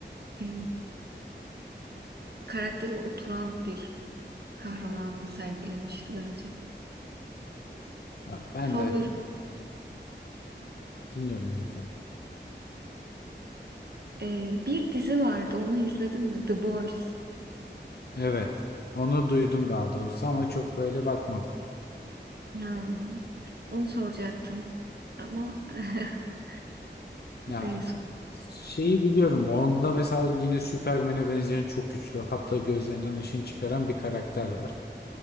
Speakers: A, on the right (about 60°); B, on the left (about 60°).
A: e, karakteri oturan bir kahramanı sergilemişti bence.
B: Ya Ben
A: Favorim.
B: de dinliyorum lütfen.
A: E, bir dizi vardı onu izledin mi? The Boys.
B: Evet. Onu duydum daha doğrusu ama çok böyle bakmadım.
A: Ha, onu soracaktım. Ama <laughs>
B: Ya
A: e, so-
B: şeyi biliyorum. Onda mesela yine Superman'e benzeyen çok güçlü. Hatta gözlerinden ışın çıkaran bir karakter var.